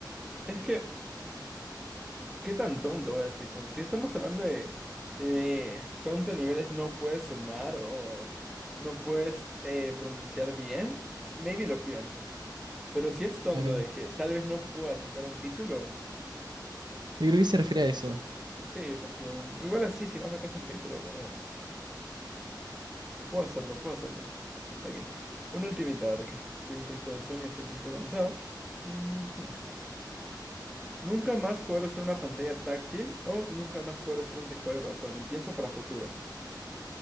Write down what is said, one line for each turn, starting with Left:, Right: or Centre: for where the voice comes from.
Centre: Es que ¿Qué tan tonto es, tipo? Si estamos hablando de eh, tonto a niveles no puedes sumar o no puedes eh, pronunciar bien, maybe lo pienso. Pero si es tonto
Right: Claro.
Centre: de que tal vez no puedas sacar un título,
Right: Yo creo que se refiere a eso.
Centre: sí, porque igual así si no sacas un título, bueno, puedo hacerlo, puedo hacerlo. Ok, una ultimita, ahora que estoy un poquito de sueño, estoy un poquito cansado. Ujú. Nunca más poder usar una pantalla táctil o nunca más poder usar un teclado y ratón. Y piensa para futuro.